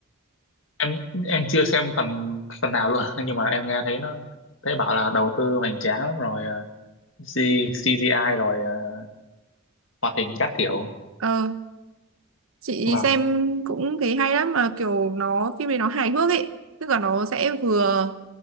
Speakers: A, on the left (about 60°); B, on the right (about 70°).
A: em em chưa xem phần phần nào luôn <laughs> nhưng mà em nghe thấy nó thấy bảo là đầu tư hoành tráng lắm rồi ờ, C, xê giê I rồi ờ, hoạt hình các kiểu
B: Ờ, chị
A: và
B: xem cũng thấy hay lắm mà kiểu nó phim này nó hài hước ấy, tức là nó sẽ vừa